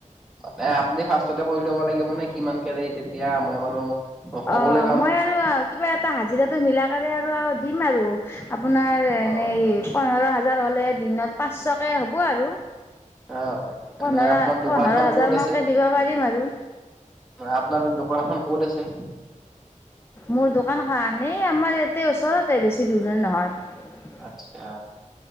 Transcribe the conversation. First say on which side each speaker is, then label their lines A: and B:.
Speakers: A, in the centre; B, on the left.
A: মানে আপুনি ফাৰ্ষ্টতে কৰি ল'ব লাগিব নে কিমানকে <unintelligible> তেতিয়া মই বাৰু ক'বলৈ
B: অ',
A: পাম।
B: মই আৰু কিবা এটা হাজিৰাটো মিলা কৰি আৰু দিম আৰু আপোনাৰ এনেই
A: অ'
B: পোন্ধৰ হাজাৰ হ'লে দিনত পাঁচশকৈ হ'ব আৰু।
A: অ'
B: পোন্ধৰ-পোন্ধৰ
A: এনে আপোনাৰ দোকানখন
B: হাজাৰ
A: ক'ত আছে?
B: মানকে দিব পাৰিম আৰু।
A: আপোনাৰ দোকানখন ক'ত আছে?
B: মোৰ দোকানখান, আমাৰ এটে ওচৰতে বেছি দূৰৰ নহয়।
A: আচ্ছা,